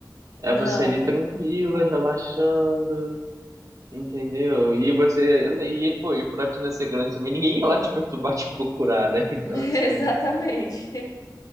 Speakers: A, on the right; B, on the left.
A: É
B: Não,
A: você ali
B: não
A: tranquila,
B: tem.
A: relaxando, entendeu? E você, e, pô, e por não ser grande também, ninguém ia lá te perturbar, <laughs> te procurar, né? Então,
B: <laughs>
A: assim,
B: Exatamente.